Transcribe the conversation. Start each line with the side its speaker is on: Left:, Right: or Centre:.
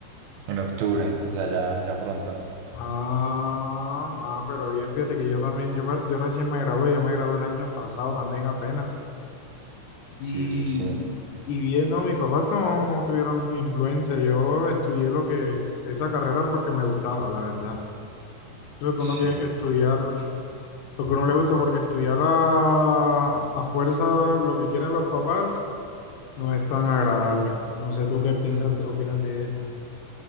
Right: En octubre, o sea, ya, ya pronto.
Left: Ah, ah, pero bien, fíjate que yo también, yo, me- yo recién me gradué, yo me gradué el año pasado también apenas. Y,
Right: Sí, sí, sí.
Left: y bien, no, mis papás no, no tuvieron influencia, yo estudié lo que, esa carrera porque me gustaba, la verdad. Eso que
Right: Sí.
Left: uno tiene que estudiar, lo que uno le gusta, porque estudiar a, a fuerza lo que quieren los papás no es tan agradable. No sé tú qué piensas, de- opinas de eso.